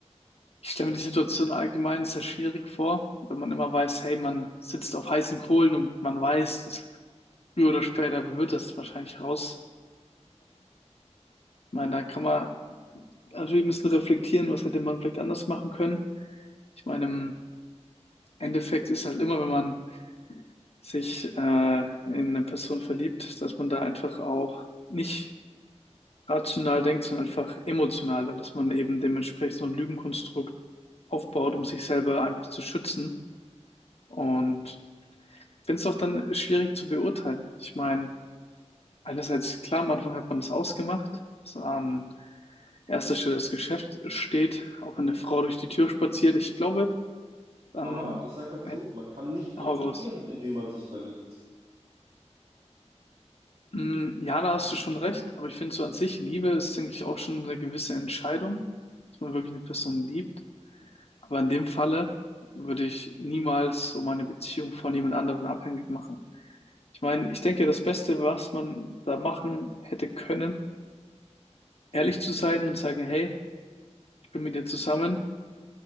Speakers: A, on the left (about 60°); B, on the right (about 60°).
A: Ich stelle mir die Situation allgemein sehr schwierig vor, wenn man immer weiß, hey, man sitzt auf heißen Kohlen und man weiß, es- früher oder später wird das wahrscheinlich rauskommen. Ich meine, da kann man natürlich ein bisschen reflektieren, was hätte man vielleicht anders machen können. Ich meine, im Endeffekt ist halt immer, wenn man sich äh, in eine Person verliebt, dass man da einfach auch nicht rational denkt, sondern einfach emotional und dass man eben dementsprechend so ein Lügenkonstrukt aufbaut, um sich selber einfach zu schützen. Und ich finde es auch dann schwierig zu beurteilen. Ich meine, einerseits, klar, am Anfang hat man das ausgemacht, dass an erster Stelle das Geschäft steht, auch wenn eine Frau durch die Tür spaziert. Ich glaube, dann
B: Aber ich sage dazu,
A: hätt-
B: man kann nicht kontrollieren,
A: hau raus.
B: in wen man sich verliebt.
A: Mm, Ja, da hast du schon recht, aber ich finde so an sich, Liebe ist, denke ich, auch schon eine gewisse Entscheidung, dass man wirklich eine Person liebt. Aber in dem Falle würde ich niemals so meine Beziehung von jemand anderem abhängig machen. Ich meine, ich denke, das Beste, was man da machen hätte können, ehrlich zu sein und sagen, hey, ich bin mit dir zusammen,